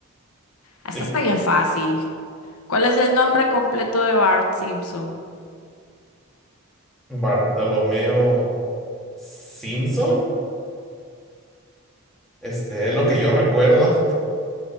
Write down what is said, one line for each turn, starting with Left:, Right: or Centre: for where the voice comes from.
Left: Esta
Centre: Sí.
Left: está bien fácil. ¿Cuál es el nombre completo de Bart Simpson?
Centre: Bartolomeo Simpson, este es lo que yo recuerdo.